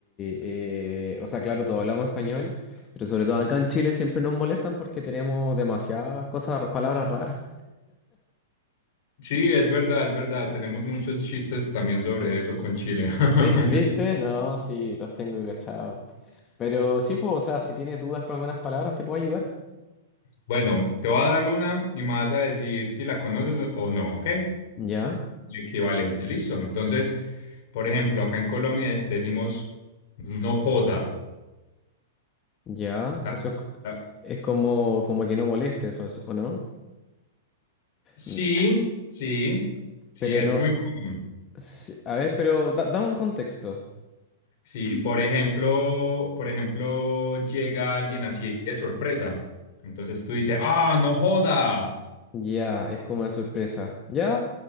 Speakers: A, on the left; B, on the left.
A: eh, o sea, claro, todos hablamos español, pero sobre todo acá en Chile siempre nos molestan porque tenemos demasiadas cosas, palabras raras.
B: Sí, es verdad, es verdad. Tenemos muchos chistes también sobre eso con Chile.
A: ¿Vis- ¿Viste?
B: <laughs>
A: No, sí, los tengo cachados. Pero sí, pues, o sea, si tienes dudas con algunas palabras, te puedo ayudar.
B: Bueno, te voy a dar una y me vas a decir si la conoces o o no, ¿ok? El
A: Ya,
B: equivalente, listo. Entonces, por ejemplo, acá en Colombia decimos no joda.
A: ya,
B: ¿sabes?
A: eso es, c-
B: Ah,
A: es como, como que no moleste, eso es, ¿o no?
B: Sí,
A: N-
B: sí, sí,
A: Pero
B: es
A: no.
B: muy común.
A: Sí, a ver, pero da, dame un contexto.
B: Sí, por ejemplo, por ejemplo, llega alguien así de sorpresa. Entonces tú dices, ah, no joda.
A: Ya, es como una sorpresa. Ya,